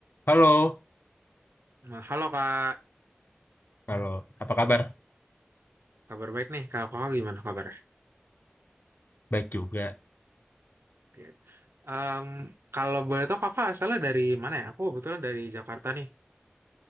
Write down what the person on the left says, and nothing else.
Halo,
halo. Apa kabar?
Baik juga.